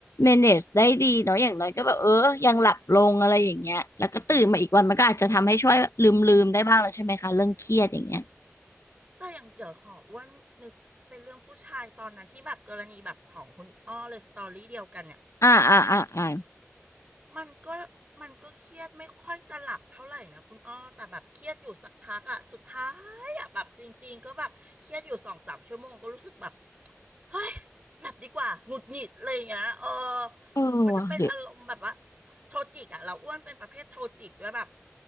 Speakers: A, on the left; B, on the right.
A: manage ได้ดีเนาะอย่างน้อยก็แบบเออยังหลับลงอะไรอย่างเงี้ยแล้วก็ตื่นมาอีกวันมันก็อาจจะทำให้ช่วยลืมลืมได้บ้างแล้วใช่ไหมคะเรื่องเครียดอย่างเงี้ย
B: แต่ <laughs> อย่างเดี๋ยวขออ้วนนึกเป็นเรื่องผู้ชายตอนนั้นที่แบบกรณีแบบของคุณอ้อเลยสตอรี่เดียวกันเนี่ย
A: อ่าอ่าอ่าอ่า
B: มันก็มันก็เครียดไม่ค่อยจะหลับเท่าไหร่นะคุณอ้อแต่แบบเครียดอยู่สักพักอ่ะสุดท้ายอ่ะแบบจริงๆก็แบบเครียดอยู่สองสามชั่วโมงก็รู้สึกแบบ เฮ้ยหลับดีกว่าหงุดหงิดอะไรอย่างเงี้ยเออ
A: เออว่ะหรือ
B: มันจะเป็นอารมณ์แบบว่าโทจิกอะเราอ้วนเป็นประเภทโทจิกด้วยแบบ